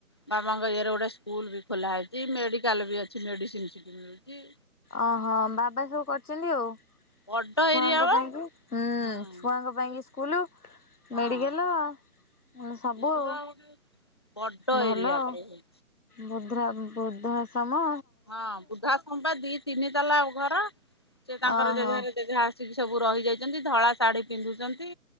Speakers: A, on the left (about 20°); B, on the left (about 80°).
A: ବାବାଙ୍କ ଇଏରେ ଗୋଟେ ସ୍କୁଲ ବି ଖୋଲା ହେଇଛି ମେଡ଼ିକାଲ ବି ଅଛି ମେଡ଼ିସିନ ସିଠି ମିଳୁଛି।
B: ଅ ହ ବାବା ସବୁ କରିଛନ୍ତି ଆଉ।
A: ବଡ
B: ଛୁଆଙ୍କ
A: ଏରିଆ ବା
B: ପାଇଁକି ହୁଁ
A: ହୁଁ
B: ଛୁଆଙ୍କ ପାଇଁକି ସ୍କୁଲ।
A: ହଁ
B: ମେଡିକାଲ ଉ‌ ସବୁ
A: ପୁରା
B: ଆଉ
A: ଗୋଟେ ବଡ
B: ଭଲ।
A: ଏରିଆ ଟା ଏ।
B: ବୁଦ୍ଧ୍ରା ବୁଦ୍ଧା ଶ୍ରମ।
A: ହଁ ବୁଦ୍ଧା ଶ୍ରମ ବା ଦି ତିନି ତଲା ଘର ସେ ତାଙ୍କର
B: ଓହୋ
A: ଯେଝାର ଜେଝା ଆସି କି ସବୁ ରହିଯାଇଛନ୍ତି ଧଳା ଶାଢୀ ପିନ୍ଧୁଛନ୍ତି